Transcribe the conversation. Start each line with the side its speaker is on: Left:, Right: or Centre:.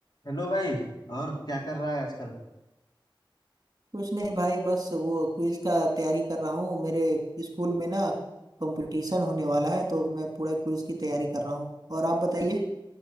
Left: Hello भाई और क्या कर रहा है आजकल
Right: कुछ नहीं भाई बस वो क्विज का तैयारी कर रहा हूँ मेरे स्कूल में ना कंपटीशन होने वाला है तो मैं पूरा क्विज की तैयारी कर रहा हूँ और आप बताइए